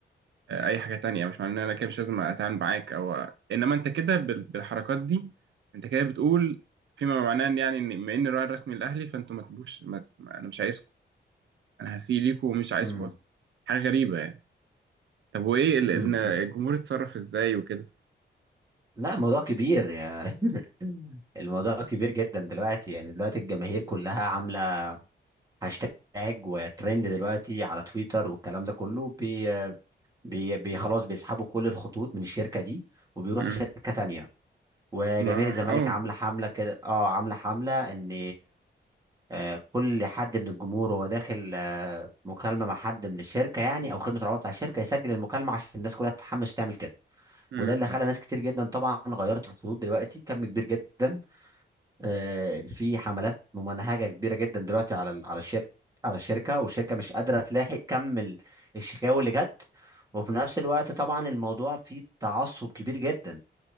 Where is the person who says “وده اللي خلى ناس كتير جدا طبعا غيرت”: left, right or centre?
Right